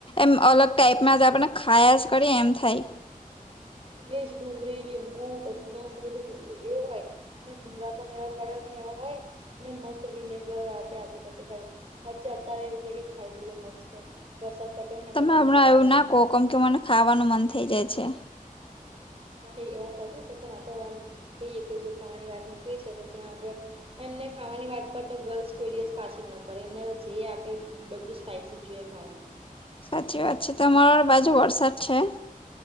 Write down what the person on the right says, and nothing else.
એજ ડુંગળી લીબૂ પછી મસ્ બધું એવું હોય અને ભૂમરા પણ એવા કડક ને એવા હોય એટલે મસ્ત વિનેગર આતે આગળું ભાઈ સાચે અત્યારે એવું થાય કે ખાઈ લઈએ મસ્ત બસત પટો ના
ગરમ ગરમ
બટાકા
ભૂગરા
હા એ વાત સાચી છે પણ આ તો એમ કહીએ કે જો ખાવાની વાત નીકળી છે તો ત્યાં આગળ એમને ખાવાની વાત પર તો ગર્લ્સ કોઈ દિવસ પાછળ ન પણ એમને જે આપે બધું સ્પાઈસી જોઈએ ખાવા.